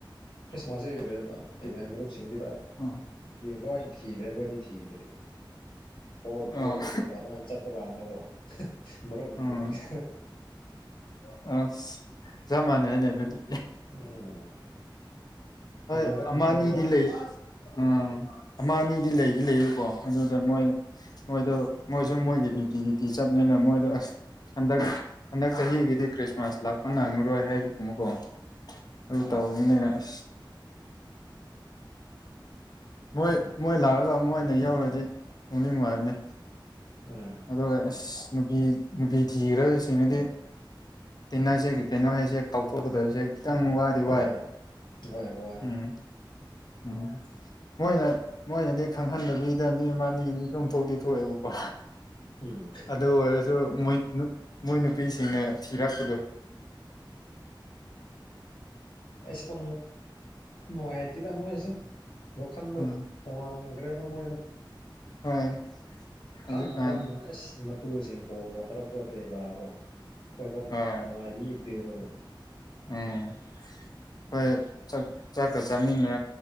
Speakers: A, on the left; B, on the left.
A: ꯈ꯭ꯔꯤꯁꯃꯥꯁ ꯂꯩꯈ꯭ꯔꯦꯕ ꯃꯔꯨꯞꯁꯤꯡꯁꯤꯗ
B: ꯑꯣ
A: ꯂꯣꯏ ꯊ ꯔꯦꯒꯣꯏꯗꯤ ꯊꯤ ꯏꯗꯔꯦ ꯍꯣꯜ
B: ꯑꯣ
A: ꯍꯣꯜꯗ ꯀ꯭ꯔꯤ ꯀ꯭ꯔꯥ ꯑꯗꯨꯃꯥꯏꯅ ꯆꯠꯄ ꯀꯥꯟꯗꯀꯣ ꯃꯔꯨꯞ
B: ꯎꯝ
A: ꯂꯩꯇ꯭ꯔꯦ <inaudible>
B: ꯑ ꯆꯃꯅꯦ ꯍꯥꯏꯅꯦ ꯑꯗꯨꯗꯤ
A: ꯎꯝ
B: ꯍꯣꯏ
A: ꯅꯨꯡꯉꯥꯏꯔꯛꯇ꯭ꯔꯦꯕ
B: ꯑꯃꯅꯤꯗꯤ ꯂꯩ ꯑꯝ ꯑꯃ ꯑꯅꯤꯗꯤ ꯂꯩꯗꯤ ꯂꯩꯕꯀꯣ ꯑꯗꯨꯗ ꯃꯣꯏ ꯃꯣꯏꯗꯣ ꯃꯣꯏꯁꯨ ꯃꯣꯏꯒꯤ
A: ꯎꯝ
B: ꯕꯤꯇꯤ ꯕꯤꯇꯤ ꯆꯠꯅꯤꯅ ꯃꯣꯏꯗ ꯑꯁ ꯍꯟꯗꯛ ꯍꯟꯗꯛ ꯆꯍꯤꯒꯤꯗꯤ꯭ꯔꯤ ꯃꯖ ꯂꯥꯛꯄ ꯉꯥꯡꯉꯔꯣꯏ ꯍꯥꯏꯕꯒꯨꯝꯕꯀꯣ ꯑꯗꯨ ꯇꯧꯕꯅꯦ
A: ꯎꯝ
B: ꯑ <inaudible> ꯃꯣꯏ ꯃꯣꯏ ꯂꯥꯛꯑꯒ ꯃꯣꯏꯅ ꯌꯧꯔꯗꯤ ꯅꯨꯡꯗꯤ ꯅꯨꯡꯉꯥꯏꯕꯅꯤ
A: ꯎꯝ
B: ꯑꯗ ꯑꯁ ꯅꯨꯄꯤ ꯅꯨꯄꯤ ꯊꯤꯈ꯭ꯔꯕꯁꯤꯡꯅꯗꯤ ꯇꯤꯟꯅꯁꯦ ꯀꯩꯅꯣ ꯍꯥꯏꯁꯦꯦꯛ ꯀꯥꯎꯊꯣꯛꯀꯗꯕꯁꯦꯦꯛ ꯪ ꯋꯥꯗꯤ ꯋꯥꯏ
A: ꯍꯣꯏ ꯍꯣꯏ ꯋꯥꯏ
B: ꯎꯝ ꯎ ꯃꯣꯏꯅ ꯃꯣꯏꯅꯗꯤ ꯈꯪꯍꯟꯗꯕꯤꯗ ꯃꯤ ꯑꯃ ꯑꯅꯤꯗꯤ ꯆꯣꯝꯊꯣꯛꯇꯤ ꯊꯣꯛꯑꯦꯕꯀꯣ
A: ꯎꯝ
B: ꯑꯗꯨ ꯑꯣꯏꯔꯁꯨ ꯃꯣꯏ ꯃꯣꯏꯅ ꯅꯨꯄꯤꯁꯤꯡꯅ ꯊꯤꯔꯛꯄꯗꯣ
A: ꯑꯦ ꯏꯁꯄ ꯅꯍꯥꯏꯤ ꯇ ꯑꯃꯣ ꯍꯥꯏꯁ ꯂ ꯈꯥꯟꯗ
B: ꯎꯝ
A: ꯇꯃꯥꯟ ꯭ꯔꯦꯕ ꯃꯣꯏꯗꯣ
B: ꯍꯣꯏ ꯍꯧꯖꯤꯛꯀꯥꯟ
A: ꯐꯝꯅ ꯐꯝꯅ ꯑꯦꯁ ꯇꯨꯁꯤꯡ ꯀꯣꯜꯂꯒ ꯇꯔꯛꯄ ꯀ꯭ꯔꯦ ꯂꯥꯛꯑꯕꯣ ꯑꯩꯈꯣꯏꯐꯝ
B: ꯍꯣꯏ
A: ꯅꯨꯡꯉꯥꯏꯗꯤ ꯏꯗꯦ ꯑꯗꯨꯕꯨ
B: ꯎꯝ ꯍꯣꯏꯥꯛ ꯆꯥꯛꯀ ꯆꯥꯃꯤꯟꯅ